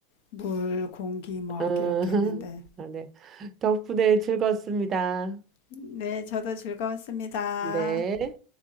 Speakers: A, on the left; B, on the right.
A: 물, 공기, 먹
B: 음, <laughs>
A: 이렇게 했는데.
B: 아, 네. 덕분에 즐거웠습니다.
A: 네, 저도 즐거웠습니다.
B: 네.